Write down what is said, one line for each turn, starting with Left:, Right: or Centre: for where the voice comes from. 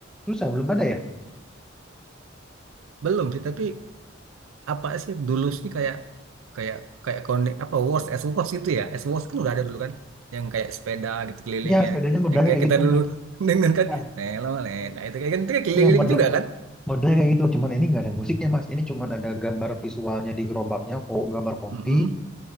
Centre: susah belum ada ya?
Right: Belum sih, tapi apa sih dulu sih kayak kayak kayak connect apa Wars S Wars itu ya S Wars kan udah ada dulu kan yang kayak sepeda gitu kelilingnya
Centre: Ya, sepedanya modalnya
Right: yang kayak
Centre: kayak
Right: kita
Centre: gitu,
Right: dulu
Centre: Mas.
Right: <laughs> dengan kan
Centre: Ya,
Right: telolet nah itu kayak kan itu kayak keliling
Centre: ya model
Right: juga kan
Centre: modelnya kayak gitu, cuman ini nggak ada musiknya, Mas. Ini cuman ada gambar visualnya di gerobaknya, kok gambar kopi
Right: mm